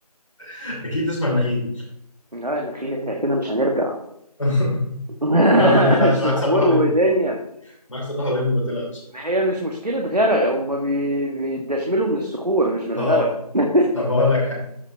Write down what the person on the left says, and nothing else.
<laughs> اكيد تسمع النخيل
<laughs>
لا ما تقلقش
معاك سباح اولمبيك
معاك سباح اولمبيك ما تقلقش
اه
طب هقول لك حاجه